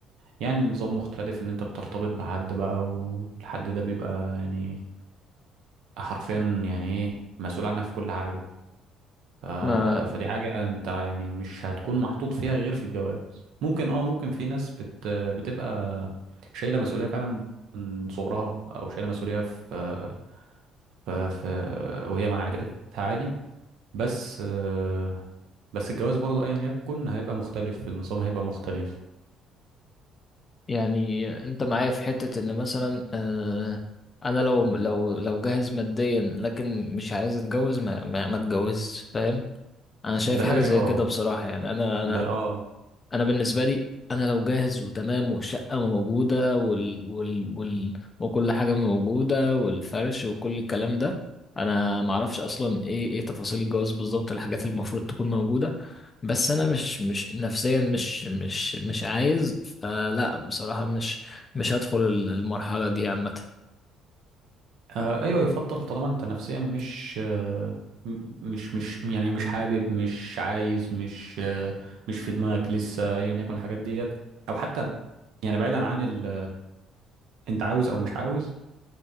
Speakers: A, on the right; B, on the left.
A: يعني نظام مختلف ان انت بترتبط بحد بقى والحد ده بيبقى يعني حرفيا يعني ايه مسؤول عنك في كل حاجه ف...
B: ما
A: فدي حاجة انت يعني مش هتكون محطوط فيها غير في الجواز ممكن اه ممكن في ناس بت... بتبقى شايلة مسؤولية فعلا من صغرها او شايلة مسؤولية في... في... في... وهي مع عاداتها عادي بس آه، بس الجواز برضه ايا يكن هيبقى مختلف النظام هيبقى مختلف
B: يعني انت معايا في حتة ان مثلا آه، انا لو لو لو جاهز ماديا لكن مش عايز اتجوز ما ما ما اتجوزش فاهم انا شايف
A: بلاش
B: حاجة زي
A: اه
B: كده بصراحة يعني انا
A: ب...
B: انا
A: اه
B: انا بالنسبه لي انا لو جاهز وتمام والشقه موجوده وال... وال... وال... وكل حاجه موجوده والفرش وكل الكلام ده انا ما اعرفش اصلا ايه ايه تفاصيل الجواز بالظبط الحاجات اللي المفروض تكون موجوده بس انا مش مش نفسيا مش مش مش عايز فلا بصراحه مش مش هدخل المرحله دي عامه
A: آه ايوه يفضل طالما انت نفسيا مش آه م- مش مش يعني مش حابب مش عايز مش آه مش في دماغك لسه ايا يكن الحاجات ديت او حتى يعني بعيدا عن ال انت عاوز او مش عاوز